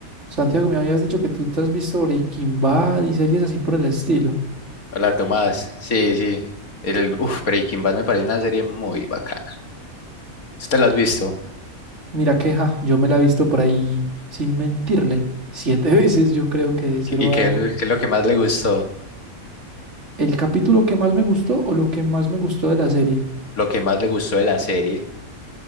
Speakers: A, on the right; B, on the left.
A: Santiago, me habías dicho que tú te has visto Breaking Bad y series así por el estilo.
B: Hola Tomás, sí, sí. El, uf, Breaking Bad me parece una serie muy bacana. ¿Sí te la has visto?
A: Mira que ja, yo me la he visto por ahí, sin mentirle, siete <laughs> veces yo creo que de
B: ¿Y,
A: cero
B: y qué,
A: a...
B: es lo qué es lo que más le gustó?
A: El capítulo que más me gustó o lo que más me gustó de la serie,
B: Lo que más le gustó de la serie,